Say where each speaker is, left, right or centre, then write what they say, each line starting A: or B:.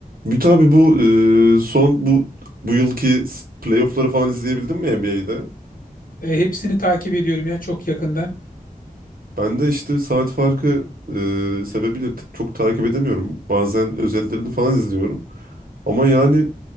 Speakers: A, on the right (about 75°); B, on the left (about 70°).
A: Ümit abi bu e, son bu bu yılki s- playoff'ları falan izleyebildin mi NBA'de?
B: E, hepsini takip ediyorum ya çok yakından.
A: Ben de işte saat farkı e, sebebiyle t- çok takip edemiyorum. Bazen özetlerini falan izliyorum. Ama yani